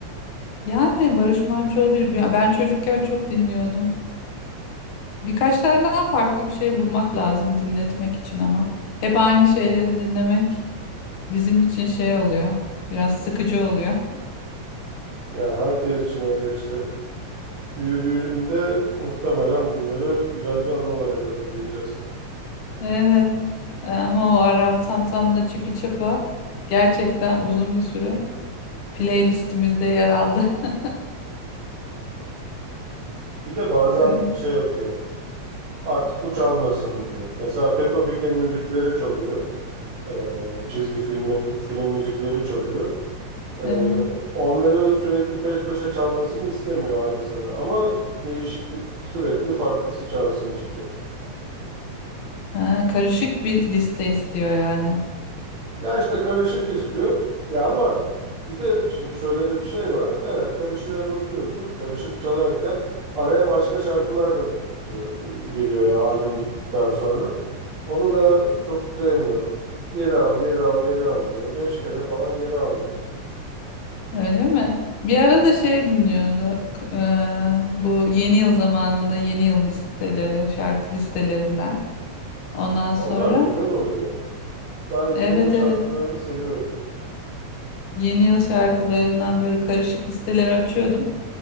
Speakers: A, on the left; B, on the right.
A: Yani Barış Manço bir bir- ben çocukken çok dinliyordum. Birkaç tane daha farklı bir şey bulmak lazım dinletmek için ama. Hep aynı şeyleri dinlemek bizim için şey oluyor. Biraz sıkıcı oluyor.
B: Ya herkes için öyle işte. Büyüdüğünde muhtemelen bunları güzel bir anı olarak hatırlayacağız.
A: Evet. E, Ama o Aram Sam Sam'la Çipi Çapa gerçekten uzun bir süre playlistimizde yer aldı. <laughs>
B: Bir de bazen
A: Evet.
B: şey yapıyor. Artık bu çalmasın diyor. Mesela Peppa Pig'in müzikleri çalıyor. E, çizgi filmin film müzikleri çalıyor. Ee,
A: Evet.
B: onları sürekli peş peşe çalmasını istemiyor aynısını ama değişiklik sürekli farklısı çalsın istiyor.
A: Ha, karışık bir liste istiyor yani.
B: Ya işte karışık istiyor. Ya ama bir de şimdi şöyle de bir şey var. Evet karışığa basıyorsun. Karışık çalarken araya başka şarkılar da bitiyor, e, giriyor ya albüm bittikten sonra. Onu da çok sevmiyor. Geri al, geri al, geri al diyor. Beş kere falan geri aldırıyor.
A: Öyle mi? Bir ara da şey dinliyordu. k- eee, bu yeni yıl zamanında yeni yıl listeleri, şarkı listelerinden. Ondan sonra
B: Onlar güzel oluyor. Ben yeni
A: evet
B: yıl şarkılarını
A: evet
B: seviyorum.
A: yeni yıl şarkılarından böyle karışık listeleri açıyordum.